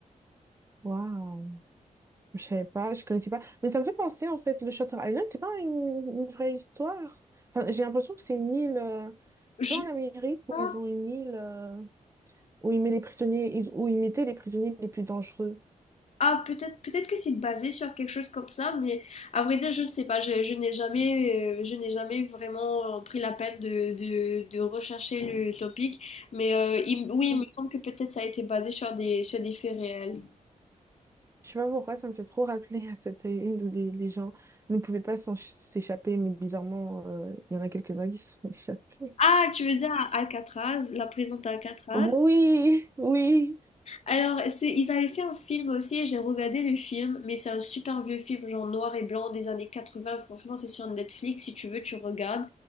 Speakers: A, on the right; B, on the left.
A: Waouh, je savais pas, je connaissais pas. Mais ça me fait penser en fait, le Shutter Island, c'est pas une, une vraie histoire. Enfin, j'ai l'impression que c'est une île, euh,
B: Je
A: tu vois, en Amérique où
B: pense-
A: ils ont une île euh, où ils mettent les prisonniers, ils- où ils mettaient les prisonniers les plus dangereux.
B: ah peut-être peut-être que c'est basé sur quelque chose comme ça, mais à vrai dire je ne sais pas, je, je n'ai jamais euh, je n'ai jamais vraiment euh, pris la peine de, de- de rechercher le topic, mais euh, il- oui il
A: Mm.
B: me semble que peut-être ça a été basé sur des sur des faits réels.
A: Je sais pas pourquoi, ça me fait trop rappeler à cette île où les, les gens ne pouvaient pas s'en- s'échapper, mais bizarrement, euh, il y en a quelques-uns qui se sont échappés.
B: Ah, tu veux dire Alcatraz, la prison d'Alcatraz?
A: Oui, oui.
B: Alors, c'est- ils avaient fait un film aussi, j'ai regardé le film, mais c'est un super vieux film, genre noir et blanc des années 80. Franchement, c'est sur Netflix, si tu veux, tu regardes.